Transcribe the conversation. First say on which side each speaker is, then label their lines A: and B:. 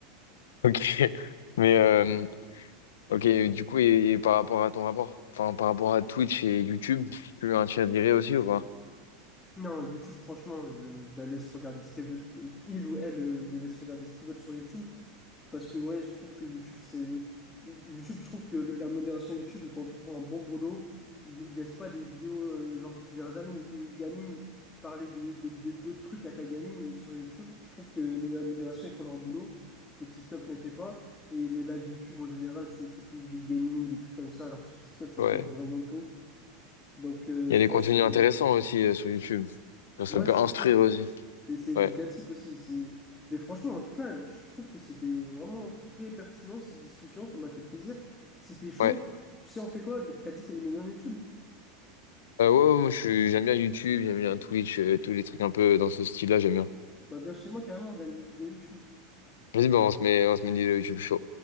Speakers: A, on the left; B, on the left.
A: ok. <laughs> Mais, euh, ok, du coup, et, et par rapport à ton rapport, enfin, par rapport à Twitch et YouTube, tu as- tu as dirais aussi ou pas?
B: Non, YouTube, franchement, je, je la laisse regarder ce qu'elle veut sur, il ou elle, euh, je les laisse regarder ce qu'ils veulent sur YouTube. Parce que ouais, je trouve que YouTube, c'est. YouTube, je trouve que le- la modération YouTube, ils font trop un bon boulot. Ils, ils laissent pas des vidéos, euh, genre tu verras jamais une, une gamine parler de, de, de- d'autres trucs à ta gamine sur YouTube. Je trouve que le- la modération, ils font leur boulot, que TikTok ne fait pas. Et les lives YouTube en général, c'est c'est plus du gaming, des trucs comme ça, alors que sur TikTok, ça
A: Ouais.
B: peut être vraiment tout. Donc euh,
A: Il
B: je
A: y a des
B: pense
A: contenus
B: que.
A: intéressants aussi euh, sur YouTube. Genre,
B: Ouais,
A: Ça peut
B: c'est
A: instruire
B: ça.
A: aussi.
B: Et c'est éducatif
A: Ouais,
B: aussi. c'est- Mais franchement, en tout cas, je trouve que c'était vraiment très pertinent cette discussion. Ça m'a fait plaisir. Si t'es chaud,
A: ouais.
B: tu sais, on fait quoi? T'as dit que t'es des millions YouTube.
A: Euh, ouais, ouais, moi je suis- j'aime bien YouTube, j'aime bien Twitch, euh, tous les trucs un peu dans ce style-là, j'aime bien.
B: Bah viens chez moi carrément, on regarde une vidéo YouTube.
A: Vas-y, bah, on se met, on se met des YouTube show.